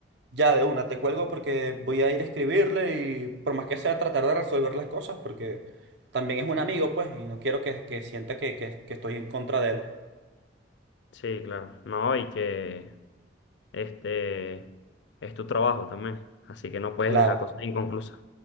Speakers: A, on the right; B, on the left.
A: ya de una, te cuelgo porque voy a ir a escribirle y por más que sea tratar de resolver las cosas porque también es un amigo, pues, y no quiero que, que sienta que, que, que estoy en contra de él.
B: Sí, claro. No, y que este es tu trabajo también. Así que no puedes
A: Claro,
B: dejar cosas inconclusas.